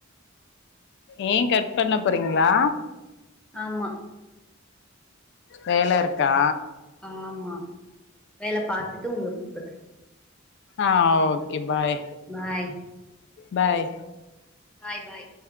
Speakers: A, on the left (about 60°); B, in the centre.
A: ஏ கட் பண்ண போறீங்ளா
B: ஆமா
A: வேல இருக்கா
B: ஆமா வேல பாத்துட்டு உங்கள கூப்புறே
A: ஆ okay bye
B: bye
A: bye
B: bye பாய்